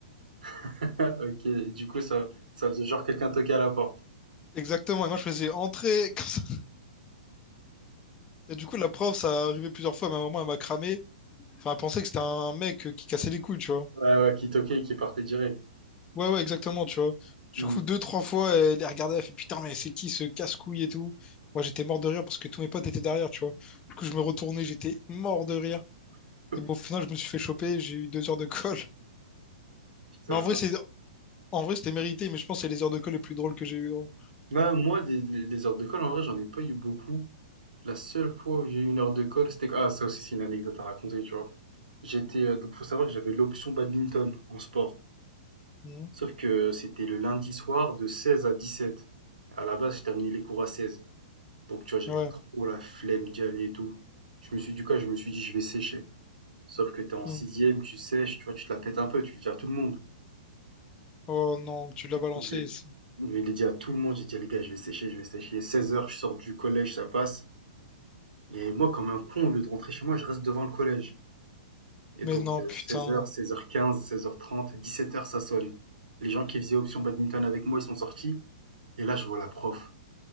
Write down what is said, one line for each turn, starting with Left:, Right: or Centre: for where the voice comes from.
Right: <laughs> Ok. Et du coup, ça, ça faisait genre quelqu'un toquer à la porte.
Left: Exactement. Et moi je faisais entrer. <laughs> comme ça. Et du coup la prof, ça arrivait plusieurs fois, mais à un moment elle m'a cramé. Enfin, elle pensait que c'était un mec euh, qui cassait les couilles, tu vois.
Right: Ouais, ouais, qui toquait et qui partait direct.
Left: Ouais, ouais, exactement, tu vois. Du
Right: Hmm.
Left: coup, deux, trois fois, elle les regardait, elle fait putain, mais c'est qui ce casse-couille et tout. Moi, j'étais mort de rire parce que tous mes potes étaient derrière, tu vois. Du coup, je me retournais, j'étais mort de rire.
Right: <laughs>
Left: Et bon, au final, je me suis fait choper, j'ai eu deux heures de colle. <laughs>
Right: Putain,
Left: Mais en vrai,
Right: mince.
Left: c'est, en vrai, c'était mérité, mais je pense que c'est les heures de colle les plus drôles que j'ai eues. gros.
Right: Ouais, moi, des- les, les heures d'école, en vrai, j'en ai pas eu beaucoup. La seule fois où j'ai eu une heure de colle, c'était ah ça aussi c'est une anecdote à raconter, tu vois. J'étais euh, donc faut savoir que j'avais l'option badminton en sport.
Left: Mhm.
Right: Sauf que c'était le lundi soir de 16 à 17. À la base, j'ai terminé les cours à 16. Donc tu vois, j'avais
Left: Ouais.
Right: trop la flemme d'y aller et tout. Je me suis du coup, je me suis dit je vais sécher. Sauf que t'es en
Left: Mhm.
Right: sixième, tu sèches, tu vois, tu te la pètes un peu, tu le dis à tout le monde.
Left: Oh non, tu l'as
Right: Du
Left: balancé,
Right: coup, je
Left: ça.
Right: je l'ai dit à tout le monde, j'ai dit les gars, je vais sécher, je vais sécher. 16 heures, je sors du collège, ça passe. Et moi, comme un con, au lieu de rentrer chez moi, je reste devant le collège. Et
Left: Mais
Right: donc,
Left: non,
Right: heu,
Left: putain.
Right: 16:00, 16:15, 16:30, 17:00 ça sonne. Les gens qui faisaient option badminton avec moi, ils sont sortis et là je vois la prof.